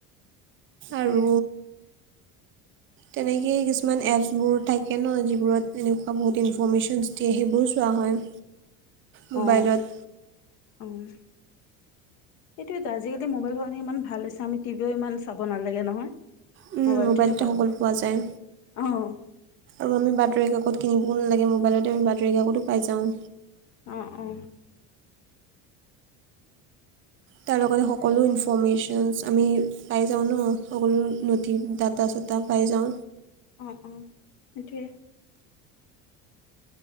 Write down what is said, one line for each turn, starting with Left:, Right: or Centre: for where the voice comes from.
Left: এইটোৱে
Right: আৰু তেনেকেই, কিছুমান এপছবোৰ থাকে ন? যিবোৰত এনেকুৱা বহুত ইনফৰমেশনছ দিয়ে। সেইবোৰো চোৱা হয়! মোবাইলত
Left: অঁ, উম। সেইতোৱেটো, আজি-কালি মোবাইল হোৱা কাৰণে ইমান ভাল হৈছে। আমি টিভিও ইমান চাব নালাগে নহয়?
Right: উম,
Left: মোবাইল
Right: মোবাইলতে
Left: টোহে ভাল।
Right: সকলো পোৱা যায়
Left: অঁ-অঁ
Right: আৰু আমি বাতৰি কাকত কিনিবও নালাগে। মোবাইলতে আমি বাতৰি কাকটো পাই যাওঁ!
Left: অঁ, অঁ।
Right: তাৰ লগতে, সকলো ইনফৰ্মেশ্যন আমি পাই যাওঁ ন, সকলো নথি, দাঁটা-চাটা পাই যাওঁ।
Left: অ', অ', সেইটোৱে।